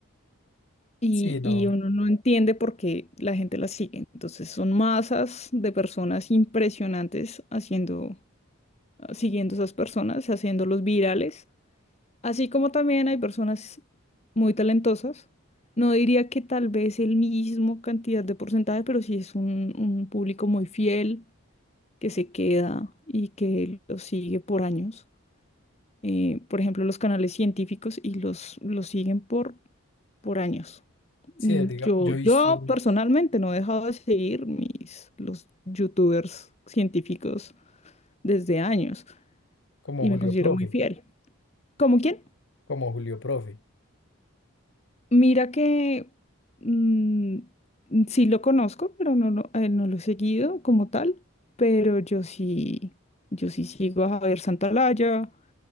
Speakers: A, on the left (about 30°); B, on the left (about 55°).
A: Y,
B: Sí, no.
A: y uno no entiende por qué la gente la sigue. Entonces son masas de personas impresionantes haciendo, siguiendo esas personas, haciéndolos virales Así como también hay personas muy talentosas, no diría que tal vez el mismo cantidad de porcentaje, pero sí es un, un público muy fiel que se queda y que lo sigue por años. Eh, por ejemplo, los canales científicos y los, los siguen por, por años.
B: Sí,
A: Mm,
B: diga,
A: Yo,
B: yo he visto
A: yo personalmente no he dejado de seguir mis, los youtubers científicos desde años
B: como
A: y
B: Julio
A: me considero
B: Profe,
A: muy fiel. ¿Como quién?
B: como Julio Profe.
A: Mira que mm, sí lo conozco, pero no, lo- a él no lo he seguido como tal, pero yo sí, yo sí sigo a Javier Santalaya,